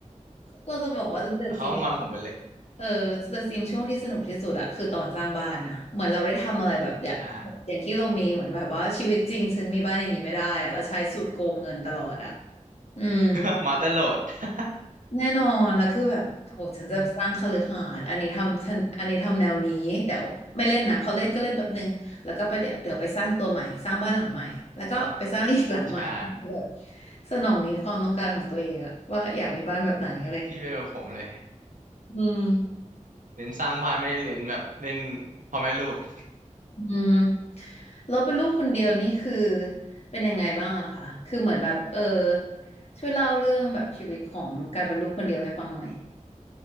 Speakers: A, on the left; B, on the right.
A: เราจะบอกว่า t h
B: แล้วเขาก็งอนผมไปเลย
A: e s i m s เออ The s i m s ช่วงที่สนุกที่สุดอะคือตอนสร้างบ้านนะเหมือนเราได้ทำอะไรแบบอยากแบบอย่างที่เรามีเหมือนแบบว่าชีวิตจริงฉันมีบ้านอย่างนี้ไม่ได้อะเราใช้สูตรโกงเงินตลอดอะ
B: ใช่
A: อืม
B: <laughs> มาเตอร์โหลด <laughs>
A: แน่นอนแล้วคือแบบโหฉันจะสร้างคฤหาสน์อันนี้ทำฉันอันนี้ทำแนวนี้เดี๋ยวไม่เล่นนะพอเล่นก็เล่นแป๊บนึงแล้วก็ไปเดี๋ยวเดี๋ยวไปสร้างตัวใหม่สร้างบ้านหลังใหม่แล้วก็ไปสร้างอีกหลังใหม่แบบ
B: อืมใช่
A: สนองนิดความต้องการของตัวเองอะว่าอยากมีบ้านแบบไหนอะไรอย่างเงี้ย
B: ผมพี่เป็นแบบผมเลย
A: อืม
B: เน้นสร้างบ้านไม่ได้เน้นแบบเล่นพ่อแม่ลูก <laughs>
A: อืมเราเป็นลูกคนเดียวนี่คือเป็นยังไงบ้างอะคะคือเหมือนแบบเออช่วยเล่าเรื่องแบบชีวิตของการเป็นลูกคนเดียวให้ฟังหน่อย